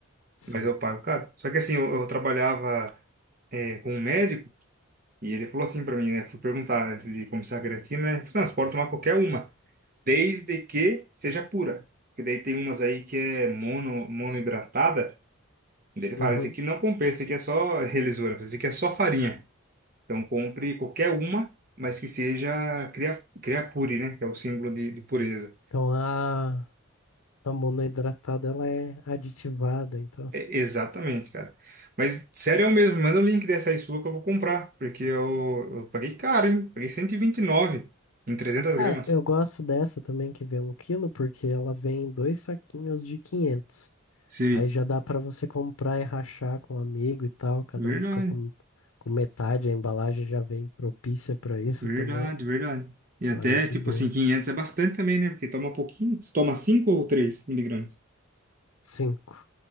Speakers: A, on the left (about 85°); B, on the right (about 40°).
A: Sim.
B: Mas eu pago caro. Só que assim, eu, eu trabalhava é, com um médico e ele falou assim pra mim, né? Fui perguntar antes de começar a creatina, né? Ele falou, assim, não, você pode tomar qualquer uma, desde que seja pura. Porque daí tem umas aí que é mono, monoidratada. Daí Ele
A: Uhum.
B: fala, esse aqui não compensa, esse aqui é só <laughs> relisura, esse aqui é só farinha. Então compre qualquer uma, mas que seja cria, criapure, né? Que é o símbolo de de pureza.
A: Então a, a monoidratada ela é aditivada, então.
B: É, exatamente, cara. Mas sério eu mesmo, manda o link dessa aí sua que eu vou comprar, porque eu, eu paguei caro, hein? Paguei cento e e vinte e nove em 300 gramas.
A: É, eu gosto dessa também que vem um quilo, porque ela vem em dois saquinhos de 500.
B: sim
A: Aí já dá pra você comprar e rachar com um amigo e tal, cada
B: Verdade,
A: um fica com, com metade, a embalagem já vem propícia pra isso
B: verdade,
A: também.
B: verdade. E até,
A: Aí é de
B: tipo
A: boa.
B: assim, quinhentos é bastante também, né? Porque toma pouquinho. Você toma 5 ou 3 miligramas?
A: Cinco.